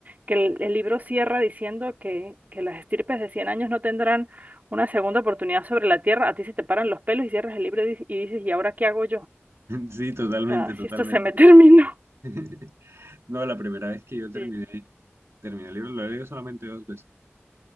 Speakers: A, on the right; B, on the right.
A: que el, el libro cierra diciendo que, que las estirpes de 100 años no tendrán una segunda oportunidad sobre la tierra, a ti se te paran los pelos y cierras el libro y, dices, y dices, ¿y ahora qué hago yo? O
B: sí, totalmente,
A: sea,
B: totalmente.
A: si esto se me <laughs> terminó.
B: <laughs> No, la primera vez que yo terminé,
A: Sí.
B: terminé el libro, lo he leído solamente dos veces.